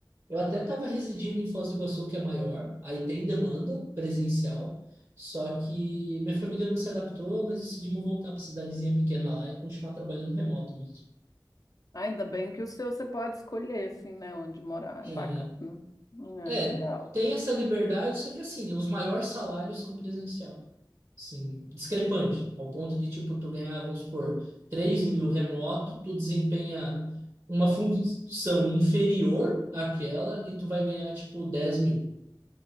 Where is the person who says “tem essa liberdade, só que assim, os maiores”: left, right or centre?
Right